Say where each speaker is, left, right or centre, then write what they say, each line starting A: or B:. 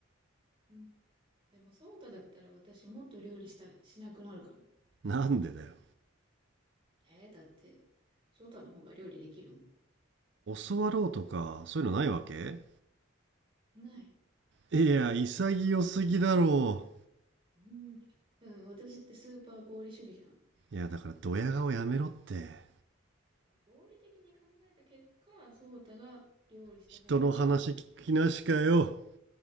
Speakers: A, on the right; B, on the right.
A: うん。でも、そうただったら私もっと料理した、しなくなるかな。
B: なんでだよ。
A: えー、だって、ソータの方が料理できるもん。
B: 教わろうとか、そういうのないわけ
A: ない。
B: いや、潔すぎだろ
A: うん。うん、私ってスーパー合理主義じゃん。
B: う。いや、だからドヤ顔やめろって。
A: 合理的に考えた結果、ソータが料理した方が、
B: 人の話聞きなしかよ。